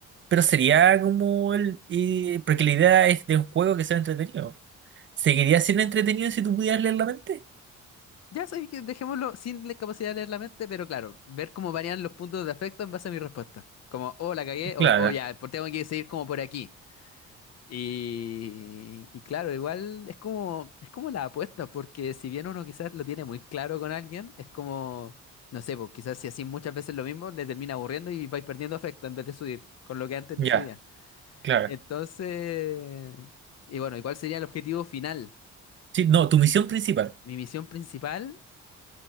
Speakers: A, on the right (about 40°); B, on the left (about 55°).
A: pero sería como el... eh, porque la idea es de un juego que sea entretenido. ¿Seguiría siendo entretenido si tú pudieras leer la mente?
B: Ya sabéis que dejémoslo sin la capacidad de leer la mente, pero claro, ver cómo varían los puntos de afecto en base a mi respuesta. Como, oh, la cagué, o
A: Claro,
B: oh, ya, pues tengo que seguir como por aquí. Y, y claro, igual es como, es como la apuesta, porque si bien uno quizás lo tiene muy claro con alguien, es como, no sé, pues quizás si así muchas veces lo mismo, le termina aburriendo y vais perdiendo afecto en vez de subir, con lo que antes
A: ya,
B: le subía.
A: claro.
B: Entonces, y bueno, igual sería el objetivo final.
A: Sí, no, tu misión principal.
B: Mi misión principal,